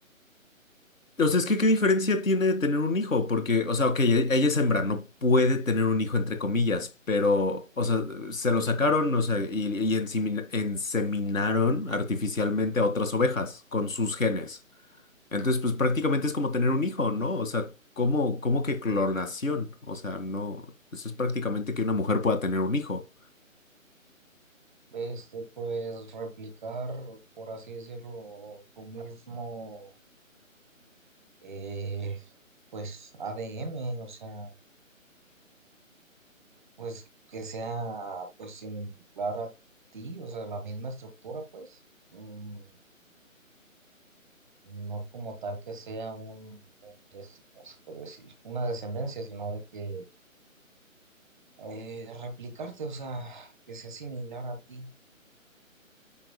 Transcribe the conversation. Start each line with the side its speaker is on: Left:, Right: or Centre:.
Left: O sea, es que ¿qué diferencia tiene de tener un hijo? Porque, o sea, ok, e- ella es hembra, no puede tener un hijo, entre comillas, pero, o sea, se lo sacaron, o sea, y, y ensemin- enseminaron artificialmente a otras ovejas con sus genes. Entonces, pues prácticamente es como tener un hijo, ¿no? O sea, ¿cómo, cómo que clonación? O sea, no, eso es prácticamente que una mujer pueda tener un hijo.
Centre: Este, pues replicar, por así decirlo, tu mismo, eh, pues ADN, o sea, pues que sea, pues similar a ti, o sea, la misma estructura, pues. Mm, no como tal que sea un, un test- no se puede decir, una descendencia, sino de que eh, replicarte, o sea, que sea similar a ti,